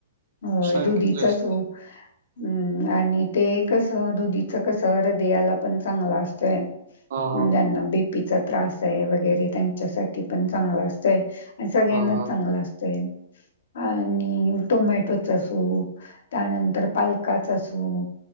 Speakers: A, on the left; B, on the right.
A: होय
B: सांगितलंस
A: दुधीचा सूप.
B: ते
A: हम्म आणि ते कस दुधीच कस हृदयाला पण चांगला असतंय.
B: हा हा
A: ज्यांना बीपीचा त्रास आहे वगैरे त्यांच्यासाठी पण चांगला असतय. आणि सगळ्यांनाच
B: हा हा
A: चांगलं असत. आणि टोमॅटोच सूप त्यानंतर पालकाच सूप.